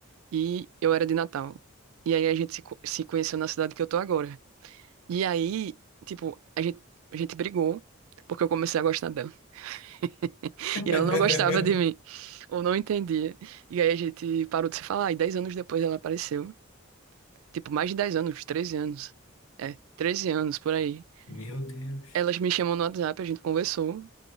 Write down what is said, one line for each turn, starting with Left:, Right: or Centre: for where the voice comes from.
Right: e eu era de Natal. E aí a gente se, co- se conheceu na cidade que eu tô agora. E aí, tipo, a gente, a gente brigou porque eu comecei a gostar dela. <laughs>
Left: <laughs>
Right: E ela não gostava de mim, ou não entendia. E aí a gente parou de se falar, e 10 anos depois ela apareceu. Tipo, mais de 10 anos, 13 anos. É, 13 anos por aí.
Left: Meu Deus.
Right: Elas me chamam no WhatsApp, a gente conversou.